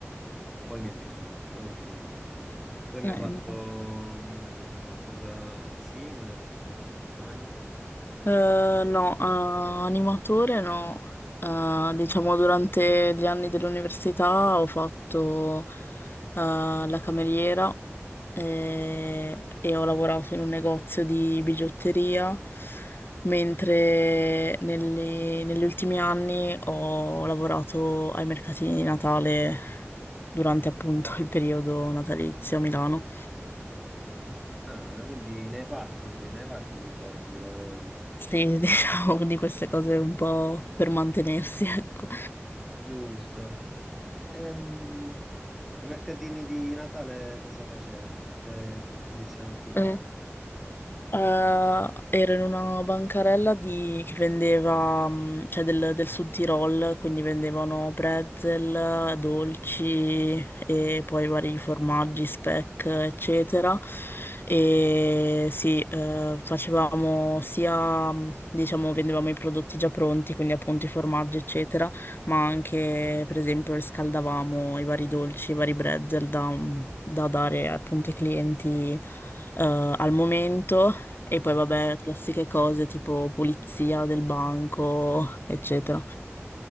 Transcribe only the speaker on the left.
mm.
Eh, no, ah, animatore no. Ah, diciamo durante gli anni dell'università ho fatto ah, la cameriera eh, e ho lavorato in un negozio di bigiotteria, mentre negli, negli ultimi anni ho lavorato ai mercatini di Natale durante appunto il periodo natalizio a Milano.
Sì, <laughs> diciamo di queste cose un po' per mantenersi, ecco.
Eh, eh, ero in una bancarella di- che vendeva, mm, cioè del, del Sud Tirol, quindi vendevano pretzel, dolci e poi vari formaggi, speck, eccetera. E sì, eh, facevamo sia, mm, diciamo, vendevamo i prodotti già pronti, quindi appunto i formaggi, eccetera, ma anche, per esempio, riscaldavamo i vari dolci, i vari pretzel da mm, da dare appunto ai clienti eh, al momento e
poi vabbè, classiche cose tipo pulizia del banco, <laughs> eccetera.